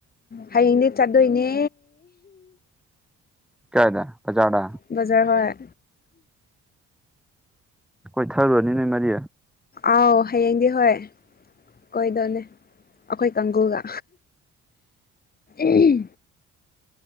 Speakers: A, on the left; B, in the centre.
A: ꯍꯌꯦꯡꯗꯤ ꯆꯠꯇꯣꯏꯅꯦ
B: ꯀꯥꯏꯗ ꯕꯖꯥꯔꯗ
A: ꯕꯖꯥꯔꯗ ꯍꯣꯏ
B: ꯀꯣꯏ ꯊꯔꯨꯔꯅꯤ ꯅꯣꯏ ꯃꯔꯤ
A: ꯑꯥꯎ ꯍꯌꯦꯡꯗꯤ ꯍꯣꯏ ꯀꯣꯏꯗꯧꯅꯦ ꯑꯩꯈꯣꯏ ꯀꯥꯡꯒꯨꯒ ꯎꯝ